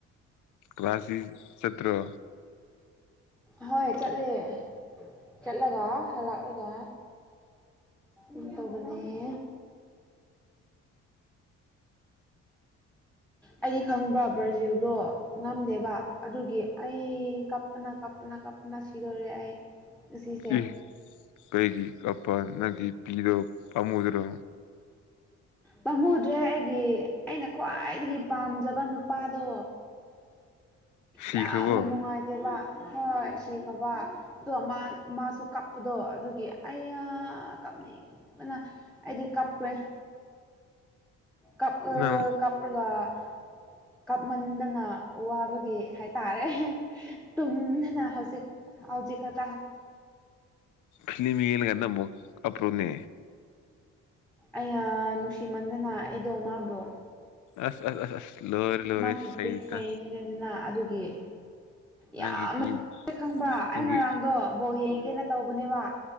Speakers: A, on the left (about 75°); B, in the centre.
A: ꯀ꯭ꯂꯁꯤ ꯁꯇ꯭ꯔ
B: ꯍꯣꯏ ꯆꯠꯂꯦ ꯆꯠꯂꯒ ꯍꯥꯜꯂꯛꯂꯒ ꯑꯝ ꯇꯧꯕꯅꯦ ꯑ ꯑꯩꯗꯤ ꯈꯪꯕ꯭ꯔꯥ ꯕ꯭ꯔꯥꯖꯤꯜꯗꯣ ꯉꯝꯗꯦꯕ ꯑꯗꯨꯒꯤ ꯑꯩ ꯀꯞꯄꯅ ꯀꯞ ꯀꯞꯅ ꯀꯞꯅ ꯁꯤꯗꯣꯔꯦ ꯑꯩ ꯉꯁꯦ
A: ꯏ ꯀꯩꯒꯤ ꯀꯄꯥ ꯅꯪꯒꯤ ꯄꯤꯗꯣ ꯄꯃꯨꯗ꯭ꯔꯣ
B: ꯄꯥꯝꯃꯨꯗ꯭ꯔꯦ ꯑꯩꯒꯤ ꯑꯩꯅ ꯈ꯭ꯋꯥꯏꯗꯒꯤ ꯄꯥꯝꯖꯕ ꯅꯨꯄꯥꯗꯣ
A: ꯁꯤꯈ꯭ꯔꯕꯣ
B: ꯌꯥꯝꯅ ꯅꯨꯡꯉꯥꯏꯇꯦꯕ ꯍꯣꯏ ꯁꯤ ꯈꯕ ꯑꯗꯣ ꯃꯥꯁꯨ ꯀꯞꯄꯗꯣ ꯑꯗꯨꯒꯤ ꯑꯌꯥ ꯀꯞꯅꯤꯡꯕꯅ ꯑꯩꯗꯤ ꯀꯞꯄꯦ ꯀꯞ
A: ꯅꯪ
B: ꯀꯞꯒ ꯀꯞꯃꯟꯗꯅ ꯋꯥꯕꯒꯤ ꯍꯥꯏꯇꯥꯔꯦ ꯇ ꯍꯧꯖꯤꯛ ꯍꯧꯖꯤꯛ ꯀ
A: ꯐꯃꯤ ꯌꯦꯅ ꯀꯅ ꯑꯄ꯭ꯔꯣꯅꯦ
B: ꯑꯩ ꯅꯨꯡꯁꯤꯃꯟꯗꯅ ꯑꯩꯗꯣ ꯃꯥꯕꯨ
A: ꯑꯁ ꯑꯁ ꯂꯣꯏꯔꯦ ꯂꯣꯏꯔꯦ
B: ꯃꯥꯒꯤꯕꯤꯛ
A: ꯁꯩꯇ
B: ꯐꯦꯟꯅ ꯑꯗꯨꯒꯤ
A: ꯅꯪꯒꯤ
B: ꯌꯥꯝꯅ
A: ꯄꯤ
B: ꯈꯪꯕ ꯑꯩ
A: ꯅꯪꯒꯤ
B: ꯉꯔꯥꯡꯗꯣ ꯕꯣꯜ ꯌꯦꯡꯉ ꯀꯦꯅ ꯇꯧꯕꯅꯦꯕ